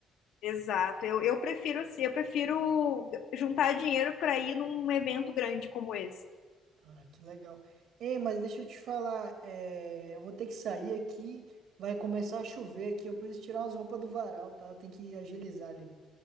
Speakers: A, on the left; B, on the right.
A: Exato. Eu, eu prefiro assim, eu prefiro juntar dinheiro para ir num evento grande como esse.
B: Ah, que legal. Ei, mas deixa eu te falar, é, eu vou ter que sair aqui, vai começar a chover aqui, eu preciso tirar umas roupas do varal, tá? Tem que agilizar ali.